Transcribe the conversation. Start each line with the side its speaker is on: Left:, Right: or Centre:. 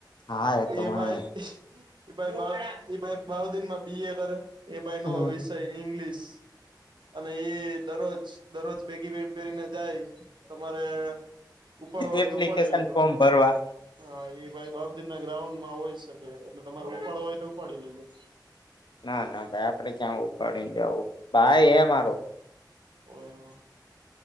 Left: હા તો
Right: એ
Left: મને
Right: ભાઈ એ ભાઈ એ ભાઈ બાર દિનમાં બી એ કરે એ ભાઈ
Left: હમ
Right: નો વિષય ઈંગ્લિશ અને એ દરરોજ દરરોજ ભેગી બેહેન પહેરીને જાય તમારે ઉપાડો હોય
Left: એપ્લિકેશન
Right: તો ઉપાડી લેજો
Left: ફોર્મ ભરવા
Right: હા એ ભાઈ બાહુદર ના ગ્રાઉન્ડ માં હોય શકે એટલે તમારે ઉપાડ હોય તો ઉપાડી લેજો
Left: ના ના ભાઈ આપડે ક્યાં ઉપાડીને જવું ભાઈ હે મારો
Right: ઓ એ હ